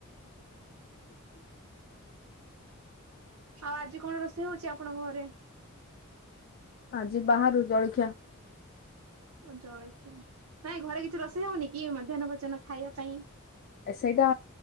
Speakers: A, on the left; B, on the right.
A: ବ
B: ଆଉ ଆଜି କଣ ରୋଷେଇ ହଉଚି ଆପଣଙ୍କ ଘରେ?
A: ଆଜି ବାହାରୁ ଜଳିଖିଆ -
B: ଜଳଖିଆ ନାଇଁ ଘରେ କିଛି ରୋଷେଇ ହଉନି କି ମଧ୍ୟାହ୍ନ ଭୋଜନ ଖାଇବା ପାଇଁ?
A: ଏ ସେଇଟା